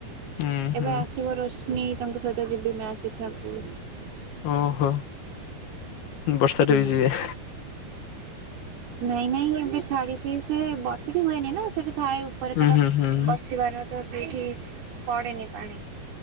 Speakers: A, on the left; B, on the right.
A: ହୁଁ
B: ଏବେ
A: ହୁଁ
B: ଆସିବ ରୋସ୍ନି ତାଙ୍କ ସହିତ ଯିବି ମ୍ୟାଚ୍ ଦେଖିବାକୁ
A: ଓହୋ ବର୍ଷାରେ
B: ହୁଁ
A: ବି ଯିବେ
B: ନାଇଁ ନାଇଁ ଏବେ ଛାଡିଛି ସେ ବର୍ଷଟି ହୁଏନି ନା ସେଠି ଥାଏ ଉପରେ
A: ହୁଁ
B: ତାର
A: ହୁଁ ହୁଁ ହୁଁ
B: ବସିବାର ତ ସେଇଠି ପଡ଼େନି ପାଣି